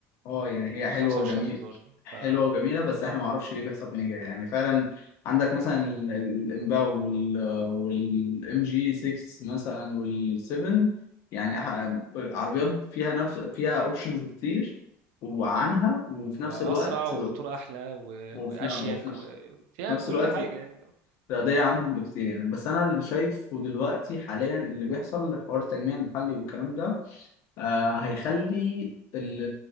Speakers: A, on the left (about 45°); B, on the right (about 75°).
A: اه يعني هي
B: او 25000
A: حلوه وجميل
B: دولار يعني
A: حلوه
B: ف
A: وجميله بس احنا ما اعرفش ليه بيحصل فينا كده يعني فعلا عندك مثلا ال- ال- الامباو وال والام جي 6 مثلا وال7 يعني أح- عربيات فيها نفس فيها اوبشنز كتير وعنها وفي
B: واسرع
A: نفس الوقت
B: وموتور احلى و...
A: وفي,
B: واشيك
A: ن- وفي ن-
B: وفيها
A: في نفس
B: كل
A: الوقت
B: حاجه يعني
A: رياضية عنهم بكتير يعني بس أنا اللي شايفه دلوقتي حاليا اللي بيحصل حوار التجميع المحلي والكلام ده آه هيخلي ال-